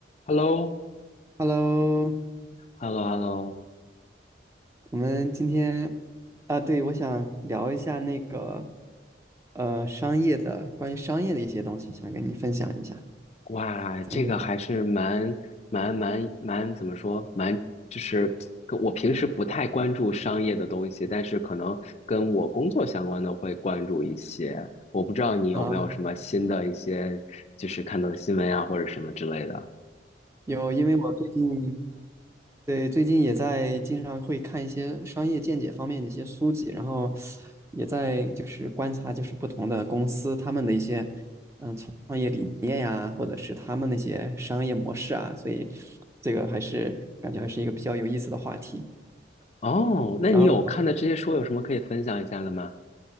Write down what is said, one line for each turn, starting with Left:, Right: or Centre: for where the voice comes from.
Left: h e l l o
Right: Hello，
Left: h e l l o h e l l o
Right: 我们今天啊，对，我想聊一下那个呃商业的，关于商业的一些东西，想跟你分享一下，
Left: 哇，
Right: 怎么样？
Left: 这个还是蛮蛮蛮蛮怎么说？蛮就是跟我平时不太关注商业的东西，但是可能跟我工作相关的会关注一些。我不知道你有没有什么新的一些，
Right: 啊，
Left: 就是看到的新闻呀，或者什么之类的。
Right: 有，因为我最近对最近也在经常会看一些商业见解方面的一些书籍，然后也在就是观察就是不同的公司他们的一些嗯创业理念呀，或者是他们那些商业模式啊，所以这个还是感觉还是一个比较有意思的话题。
Left: 哦，那你有看的这些书有什么可以分享一下的吗？
Right: 然后。